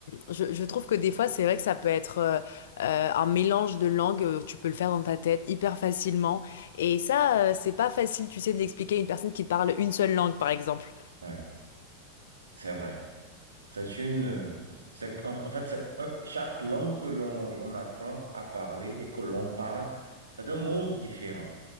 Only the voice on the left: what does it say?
je, je trouve que des fois, c'est vrai que ça peut être euh, euh, un mélange de langues, euh, tu peux le faire dans ta tête hyper facilement. Et ça, euh, c'est pas facile, tu sais, de l'expliquer à une personne qui parle une seule langue, par exemple.